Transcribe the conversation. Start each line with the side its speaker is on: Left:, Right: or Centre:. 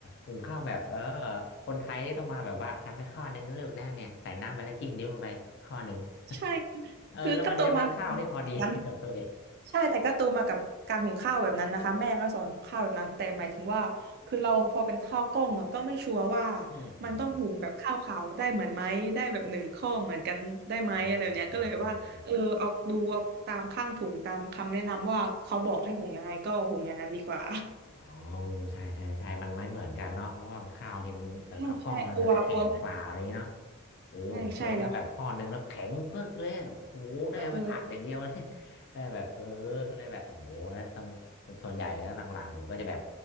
Left: หุงข้าวแบบเออคนไทยนี่ต้องมาแบบว่าจำไม่ข้อหนึ่งเลือกแน่เนี่ยใส่น้ำไปแล้วจิ้มนิ้วลงไปข้อหนึ่ง
Right: ใช่คือคือถ้าโตมาแบบ
Left: <laughs> เออแล้วมันจะเป็นข้าวที่พอดี
Right: นั้น
Left: <laughs> กับตัวเอง
Right: ใช่แต่ก็โตมากับการหุงข้าวแบบนั้นนะคะแม่ก็สอนหุงข้าวแบบนั้นแต่หมายถึงว่าคือเราพอเป็นข้าวกล้องอะก็ไม่ชัวร์ว่า
Left: อืมอืม
Right: มันต้องหุงแบบข้าวขาวได้เหมือนไหมได้แบบหนึ่งข้อเหมือนกันได้ไหมอะไรแบบเนี้ยก็เลยว่าเออเอาดูเอาตามข้างถุงตามคำแนะนำว่าเขาบอกให้หุงยังไงก็หุงอย่างนั้นดีกว่า
Left: อ๋อใช่ใช่ใช่ อ๋อใช่ใช่ใช่มันไม่เหมือนกันเนาะเพราะว่าข้าวบางทีมันเปิดข้าวกล้องมันจะแข็งกว่าอะไรอย่างเงี้ยเนาะ
Right: <laughs> ใช่ใช่กลัวกลัวไม่
Left: เออผมเคยนะแบบข้อนึงแล้วแข็งปึ๊กเลยอะโอ้โหได้เอาไว้ผัดอย่างเดียวเลย
Right: ใช่ใช่ใช่แล้วค่ะเออ
Left: <laughs> ได้แบบเออก็เลยแบบโอ้โหแล้วต้องส่วนใหญ่แล้วหลังๆผมก็จะแบบ